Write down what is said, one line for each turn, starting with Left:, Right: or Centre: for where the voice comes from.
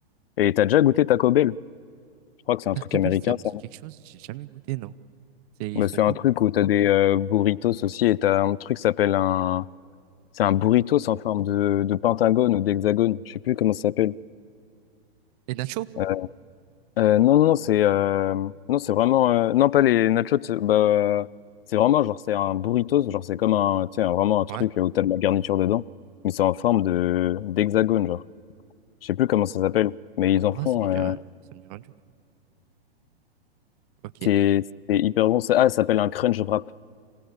Left: Et t'as déjà goûté Taco Bell? Je crois que c'est un
Right: Taco
Left: truc américain,
Right: Bell ça me
Left: ça.
Right: dit
Left: non
Right: quelque chose, j'ai jamais goûté non. C'est, ils
Left: Bah,
Right: font
Left: c'est
Right: quoi?
Left: un truc où t'as des euh, burritos aussi, et t'as un truc qui s'appelle un. C'est un burritos en forme de, de pentagone ou d'hexagone, je sais plus comment ça s'appelle.
Right: Les nachos?
Left: Euh, Euh, non, non, non, c'est euh, non, c'est vraiment euh, non pas les nachos. c'est- Bah, euh, c'est vraiment genre c'est un burritos, genre c'est comme un tu sais un- vraiment un truc
Right: Ouais.
Left: où t'as de la garniture dedans, mais c'est en forme de d'hexagone genre. Je sais plus comment ça s'appelle, mais ils en
Right: Ah,
Left: font.
Right: ça me dit
Left: euh,
Right: rien. Ça me dit rien du tout. Ok.
Left: c'est c'est hyper bon. Ça- Ah, ça s'appelle un crunch wrap.